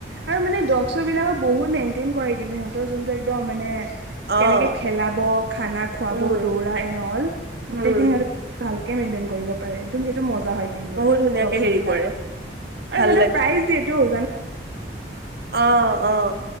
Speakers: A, on the right (about 75°); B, on the right (about 60°).
A: আৰু মানে ডগ চ, বিলাকক বহুত মেইনটেইন কৰে। কিন্তু সিহঁতৰ যোনটো একদম মানে
B: অ',
A: কেনেকে খেলাব খানা খুৱাব
B: উম
A: দৌৰা, নল গোটেই
B: উম
A: খিনি আৰু ভাল। মেইনটেইন কৰিব পাৰে সেইটো-সেইটো মজা, হয়', কিন্তু
B: বহুত ধুনীয়াকে
A: তক-চ
B: হেৰি
A: বিলাক
B: কৰে ভাল
A: আৰু সিহঁতে প্ৰাইজ দিয়েটো জানো
B: অহ', - অহ',